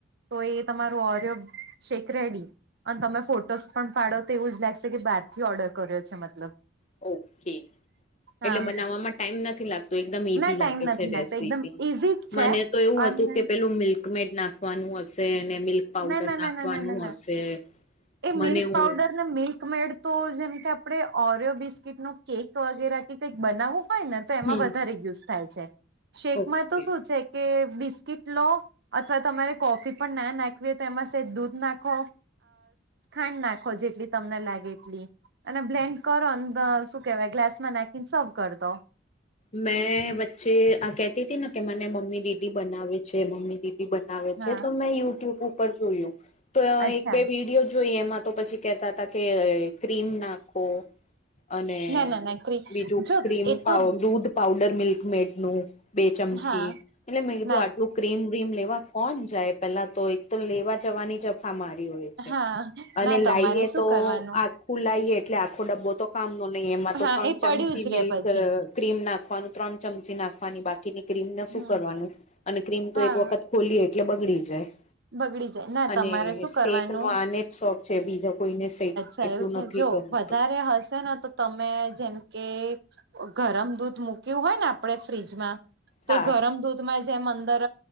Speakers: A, on the right; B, on the left.
A: તો એ તમારું ઓરિયો શેક રેડી. અને તમે ફોટોસ પણ પાડો, તો એવું જ લાગશે કે બહાર થી ઓર્ડર કર્યો છે. મતલબ
B: ઓકે..
A: હા
B: બનાવવામાં ટાઈમ નથી, એકદમ ઈઝી
A: ના ટાઈમ
B: લાગે
A: નથી
B: છે, રેસીપી
A: લાગતો એકદમ ઈઝી જ છે
B: મને તો એવું
A: અને
B: હતું કે પેલું મિલ્કમેડ નાખવાનું હશે, અને મિલ્ક પાવડર
A: ના ના ના
B: નાખવાનું
A: ના ના ના ના
B: હશે
A: એ
B: મને
A: મિલ્ક
B: હું
A: પાાવડર નાને મિલ્ક મેડ તો જેમ કે આપડે ઓરિયો બિસ્કીટ ન કેક વગેરે કે કંઈક બનાવું, હોય ને તો એમાં
B: હમ
A: વધારે યુઝ થાય છે, શેકમાં
B: ઓકે
A: તો શું છે કે બિસ કીટ લો અથવા તમારે કોફી પણ ના <unintelligible> <unintelligible> તો એમાં દૂધ નાખો, ખાંડ નાખો જેટલી તમને લાગે એટલી. અને બ્લેન્ડ કરો ને શું કેવાઈ ગ્લાસ માં નાખીને સર્વ કરી દો.
B: મેં વચ્ચે આ કેતીતી ને કે મને મમ્મી દીદી બનાવે છે મમ્મી દીદી બનાવે છે,
A: હા
B: તો મેં યુટ્યુબ ઉપર જોયું તો
A: અચ્છા
B: એક બે વિડીયો જોઈ, એમાં તો પછી કેતાતા કે ક્રીમ નાખો. અને
A: ના ના ના ક્રી
B: બીજું
A: જો
B: ક્રીમ
A: એ
B: પાવ
A: તો
B: દૂધ તો પાઉડર મિલ્ક મેડ નું બે ચમચી
A: હા
B: એટલે મેં કીધું
A: ના
B: આટલું ક્રીમ બીમ લેવા કોણ જાય? પેલા તો એક તો લેવા જવાની જ મગજ મારી હોય છે,
A: હા
B: અને
A: ના તમારે
B: લાઈએ
A: શું
B: તો
A: કરવાનું
B: આ ખુલાઈએ એટલે આખો ડબ્બો તો કામ નો નહી, એમાં
A: હા
B: તો ત્રણ
A: એ
B: ચમચી
A: પડ્યું જ રે
B: મિલ્ક
A: પછી
B: ક્રીમ નાખ નાખવાનું ત્રણ ચમચી નાખવાની બાકીની ક્રીમ ને શું
A: હમ
B: કરવાનું? અને ક્રીમ તો
A: હા
B: એક વખત ખોલીએ એટલે બગડી જાય.
A: બગડી જાય ના
B: અને
A: તમારે શું કરવાનું
B: શેકનો આને જ શોખ છે બીજો કોઈને શેક
A: થયું
B: એટલું
A: છે
B: નથી
A: જો
B: ગમતું
A: વધારે હશે ને તો તમે જેમ કે ગરમ દૂધ મૂક્યું હોય ને આપણે ફ્રીજમાં તો
B: હા
A: એ ગરમ દૂધમાં જેમ અંદર